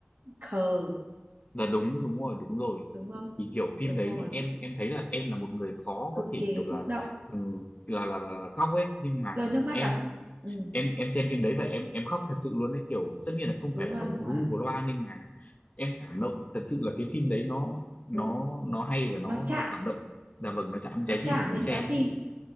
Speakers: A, on the right; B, on the left.
A: khờ,
B: là đúng đúng rồi đúng rồi
A: đúng không?
B: thì kiểu phim
A: Đúng
B: đấy
A: rồi,
B: em
A: chị
B: em thấy là em là một người khó
A: cực
B: có thể
A: kỳ
B: kiểu
A: xúc
B: là
A: động
B: ừ, là, là là khóc ấy nhưng mà
A: rơi nước mắt
B: em
A: à ừ
B: em em xem phim đấy và em em khóc thật sự luôn ấy kiểu tất nhiên là không
A: đúng
B: phải là
A: rồi
B: khóc
A: đúng
B: bù
A: rồi
B: lu bù loa nhưng mà em cảm động thật sự là cái phim đấy nó nó
A: đúng
B: nó hay và nó
A: nó chạm
B: nó cảm động dạ vâng nó chạm đến
A: nó
B: trái tim
A: chạm
B: của người
A: đến
B: xem
A: trái tim
B: ấy